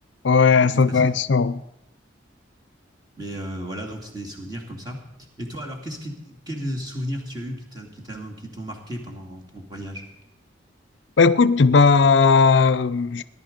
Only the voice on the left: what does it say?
Ouais,
ça
doit être chaud.
Bah, écoute, bah, je